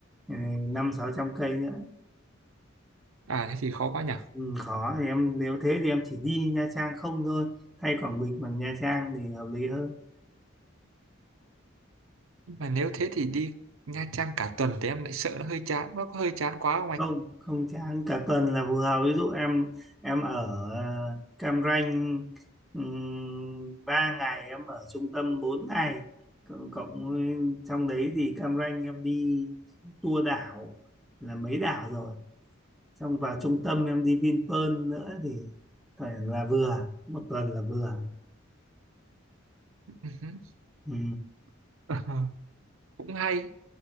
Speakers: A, in the centre; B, on the right.
A: ừ, năm sáu trăm cây nữa.
B: à thế thì khó quá nhỉ.
A: Ừ, khó thì em nếu thế thì em chỉ đi Nha Trang không thôi. Thay Quảng Bình bằng Nha Trang thì hợp lý hơn.
B: Nhưng mà nếu thế thì đi Nha Trang cả tuần thì em lại sợ nó hơi chán, nó có hơi chán quá không
A: Không, không chán cả tuần là phù hợp. Ví dụ em em ở ờ, Cam Ranh um, 3 ngày, em ở trung tâm 4 ngày. Cộng, cộng với- trong đấy thì Cam Ranh em đi tour đảo là mấy đảo rồi xong vào trung tâm em đi Vinpearl nữa thì phải là vừa một tuần là vừa
B: anh?
A: ừ.
B: <laughs> Ờ, cũng hay